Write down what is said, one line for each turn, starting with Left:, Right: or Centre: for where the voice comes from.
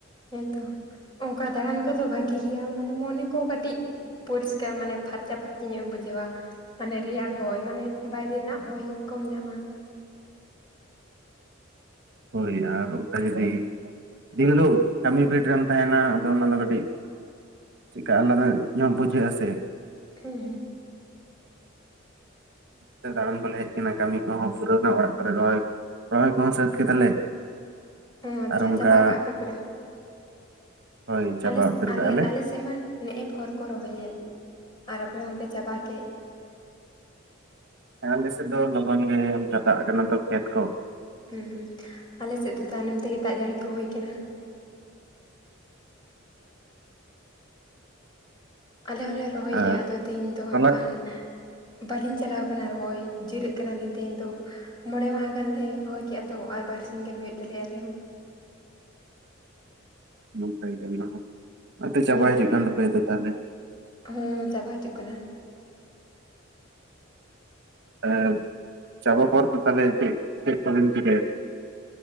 Left: ᱦᱮᱸᱛᱚ ᱚᱱᱠᱟ ᱫᱟᱬᱟᱱ ᱠᱚᱫᱚ ᱵᱷᱟᱜᱤ ᱜᱮᱭᱟ ᱢᱟᱱᱮ ᱢᱟᱱᱮ ᱠᱚ ᱠᱟᱹᱴᱤᱡ ᱯᱚᱨᱤᱥᱠᱟᱨ ᱢᱟᱱᱮ ᱯᱷᱟᱨᱪᱟ ᱯᱷᱟᱨᱪᱤ ᱧᱚᱜ ᱮᱢ ᱵᱩᱡᱷᱟᱹᱣᱟ᱾ ᱢᱟᱱᱮ ᱨᱮᱭᱟᱲ ᱦᱚᱭ, ᱢᱟᱱᱮ ᱵᱟᱭᱨᱮ ᱨᱮᱱᱟᱜ ᱦᱚᱭ ᱠᱚᱢ ᱧᱟᱢᱟ᱾
Right: ᱦᱳᱭ ᱟᱨ ᱚᱱᱠᱟ ᱡᱩᱫᱤ ᱫᱤᱱᱦᱤᱞᱳᱜ ᱠᱟᱹᱢᱤ ᱯᱷᱤᱴ ᱨᱮᱢ ᱛᱟᱦᱮᱸᱱᱟ ᱟᱫᱚ ᱚᱱᱟ ᱫᱚ ᱠᱟᱹᱴᱤᱡ ᱪᱮᱠᱟ ᱟᱞᱟᱫᱟ ᱧᱚᱜ ᱵᱩᱡᱷᱟᱹᱜ ᱟᱥᱮ᱾
Left: ᱦᱮᱸ ᱦᱮᱸ
Right: ᱛᱮ ᱫᱟᱬᱟᱱ ᱠᱚᱞᱮ ᱦᱮᱡ ᱟᱠᱟᱱᱟ ᱠᱟᱹᱢᱤ ᱠᱚᱦᱚᱸ ᱯᱩᱨᱟᱹᱣᱱᱟ ᱚᱲᱟᱜ ᱠᱚᱨᱮ ᱨᱚᱦᱚᱭ ᱨᱚᱦᱚᱭ ᱠᱚᱦᱚᱸ ᱥᱟᱹᱛ ᱠᱮᱫᱟᱞᱮ᱾
Left: ᱚ ᱟᱪᱪᱷᱟ ᱟᱪᱪᱷᱟ
Right: ᱟᱨ ᱚᱱᱠᱟ
Left: ᱪᱟᱵᱟ ᱟᱠᱟᱜᱼᱟ ᱯᱮ ᱯᱚᱨᱮ
Right: ᱦᱳᱭ ᱪᱟᱵᱟ
Left: ᱟᱞᱮ
Right: ᱩᱛᱟᱹᱨ
Left: ᱟᱞᱮ
Right: ᱠᱟᱜᱼᱟ ᱞᱮ
Left: ᱟᱞᱮᱥᱮᱫ ᱢᱟ ᱱᱮᱜᱼᱮ ᱵᱳᱨ ᱠᱚ ᱨᱚᱦᱚᱭᱮᱫ᱾ ᱟᱨ ᱟᱯᱮ ᱢᱟᱯᱮ ᱪᱟᱵᱟ ᱠᱮᱫ᱾
Right: ᱦᱮᱸ ᱟᱞᱮ ᱥᱮᱫ ᱫᱚ ᱞᱚᱜᱚᱱ ᱜᱮ ᱚᱱᱠᱟ ᱫᱟᱜ ᱟᱠᱟᱱᱟ ᱛᱚ ᱠᱷᱮᱛ ᱠᱚ᱾
Left: ᱦᱩᱸ ᱦᱩᱸ ᱟᱞᱮᱥᱮᱫ ᱫᱚ ᱛᱟᱭᱱᱚᱢ ᱛᱮᱜᱮ ᱫᱟᱜ ᱡᱟᱹᱲᱤ ᱠᱚ ᱦᱩᱭ ᱟᱠᱟᱱᱟ᱾ ᱟᱞᱮ ᱦᱚᱸᱞᱮ ᱨᱚᱦᱚᱭᱮᱫᱼᱟ
Right: ᱟᱨ
Left: ᱟᱫᱚ ᱛᱮᱦᱤᱧ ᱫᱚ ᱦᱟᱸᱜ
Right: ᱛᱚᱞᱟ
Left: ᱠᱷᱟᱱ, ᱵᱟᱹᱞᱤᱧ ᱪᱟᱞᱟᱣ ᱠᱟᱱᱟ ᱨᱚᱦᱚᱭ, ᱡᱤᱨᱟᱹᱜ ᱠᱟᱱᱟᱞᱤᱧ ᱛᱮᱦᱮᱧ ᱫᱚ᱾ ᱢᱚᱬᱮ ᱢᱟᱦᱟ ᱜᱟᱱᱞᱮ ᱨᱚᱦᱚᱭ ᱠᱮᱫᱼᱟ ᱛᱚ, ᱟᱨ ᱵᱟᱨᱥᱤᱧ ᱜᱟᱱ ᱦᱩᱭᱩᱜ ᱛᱟᱞᱮᱭᱟ ᱟᱞᱮᱦᱚᱸ᱾
Right: ᱱᱚᱝᱠᱟ ᱜᱮ ᱚᱱᱟ ᱦᱚᱸ ᱪᱟᱵᱟᱭ
Left: ᱦᱮᱸ
Right: ᱦᱤᱡᱩᱜ ᱠᱟᱱ ᱛᱟᱯᱮᱭᱟ ᱛᱟᱦᱚᱞᱮ᱾
Left: ᱦᱚᱸ ᱪᱟᱵᱟ ᱦᱤᱡᱩᱜ ᱠᱟᱱᱟ᱾
Right: ᱮ ᱪᱟᱵᱟ ᱯᱚᱨ ᱛᱟᱦᱚᱞᱮ ᱪᱮᱫ ᱠᱚ ᱵᱤᱱ ᱪᱤᱠᱟᱹᱭᱟ?